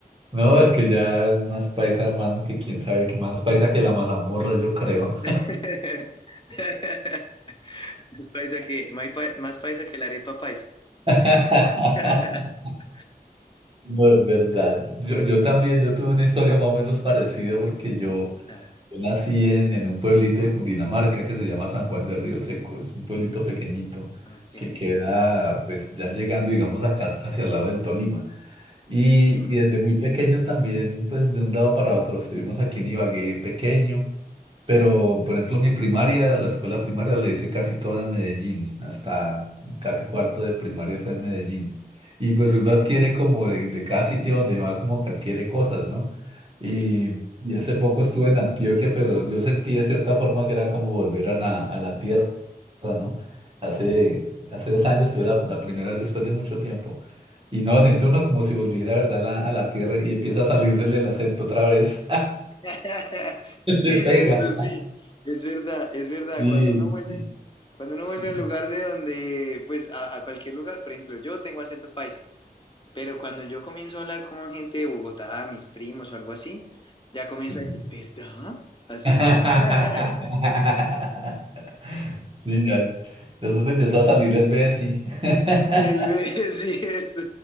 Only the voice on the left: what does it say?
<laughs> Más paisa que, mai- pa- más paisa que la arepa paisa.
<laughs>
Ah,
ok.
Mm,
sí.
<laughs>
Sí,
es cierto, sí. Es verdad, es verdad.
Cuando uno vuelve,
cuando uno
vuelve al lugar de donde, pues, a, a cualquier lugar, por ejemplo, yo tengo acento paisa. Pero cuando yo comienzo a hablar con gente de Bogotá, mis primos o algo así, ya comienzo
a decir, ¿verdad? Así.
<laughs>
Y el B, <laughs> sí, eso.